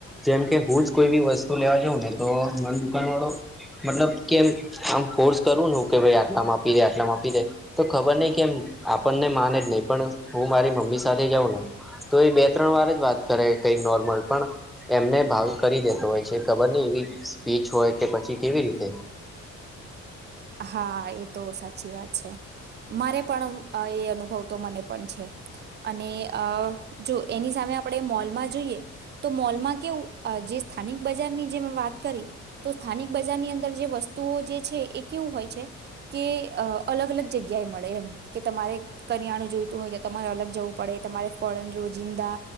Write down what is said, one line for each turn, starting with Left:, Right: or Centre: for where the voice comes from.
Centre: જેમ કે હું જ કોઈ બી વસ્તુ લેવા જાઉં ને તો મારી દુકાન વાળો મતલબ કે આમ ફોર્સ કરવું ને કે ભાઈ આટલા મા આપી દે આટલા મા આપી દે તો ખબર નહિ કેમ આપણને માન જ નહી પણ હું મારી મમ્મી સાથે જાઉં ને તો એ બે ત્રણ વાર જ વાત કરે કઈ નોર્મલ પણ એમને ભાવ કરી દેતો હોય છે ખબર નહીં એવી સ્પીચ હોય કે પછી કેવી રીતે <inaudible>
Right: હા એ તો સાચી વાત છે મારે પણ અ એ અનુભવ તો મને પણ છે. અને અ જો એની સામે આપણે મોલમાં જઈએ તો મોલમાં કેવું જે સ્થાનિક બજારની જે મે વાત કરી તો સ્થાનિક બજારની અંદર જે વસ્તુઓ જે છે એ કેવું હોય છે કે અ અલગ અલગ જગ્યાએ મળે એમ કે તમારે કરિયાણું જોઈતું હોય તો તમારે અલગ જવું પડે તમારે ફળનુ રોજિંદા